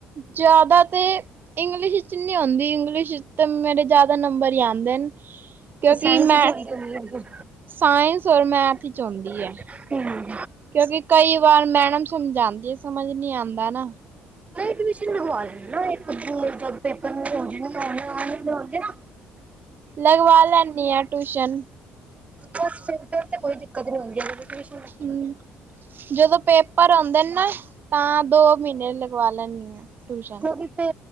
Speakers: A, on the right; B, on the right.
A: ਜ਼ਿਆਦਾ ਤੇ ਇੰਗਲਿਸ਼ ਚ ਨੀ ਉਂਦੀ ਇੰਗਲਿਸ਼ ਚ ਤਾਂ ਮੇਰੇ ਜ਼ਿਆਦਾ ਨੰਬਰ ਈ ਆਂਦੇਨ। ਕਿਉਂਕਿ
B: ਸਾਇੰਸ
A: ਮੈਂ
B: ਵਿੱਚ ਹੁੰਦੀ ਹੁੰਦੀ
A: ਸਾਇੰਸ ਔਰ ਮੈਥ
B: ਹੂੰ।
A: ਵਿਚ ਆਉਂਦੀ ਹੈ। ਕਿਉਂਕਿ ਕਈ ਵਾਰ ਮੈਡਮ ਸਮਝਾਂਦੀ ਸਮਝ ਨੀ ਆਂਦਾ ਨਾ।
B: ਟੀਯੁਸ਼ਨ ਲਗਵਾ ਲੇਨ ਨ ਇੱਕ ਅੱਦੀ ਜਦ ਪੇਪਰ ਹੋ <unintelligible> <unintelligible> ਫਸਟ ਟ੍ਮ ਦੇ ਆਨਗੇ ਹੋਨਗੇ ਨਾ।
A: ਲਗਵਾ ਲੈਂਦੀ ਆ ਟਿਊਸ਼ਨ
B: ਬਸ ਫਿਰ, ਫਿਰ ਤੇ ਕੋਈ ਦਿੱਕਤ ਨੀ ਹੁੰਦੀ ਐ ਅਗਰ ਤੁਸੀ ਟੀਯੁਸ਼ਨ
A: ਹੂੰ। ਜਦੋਂ ਪੇਪਰ ਹੋਂਦੇ ਨੇ ਨਾ ਤਾਂ ਦੋ ਮਹੀਨੇ ਲਗਵਾ ਲੈਨੀ ਆ ਟਿਯੁਸ਼ਨ।
B: ਕਿਉਂਕਿ ਤੇ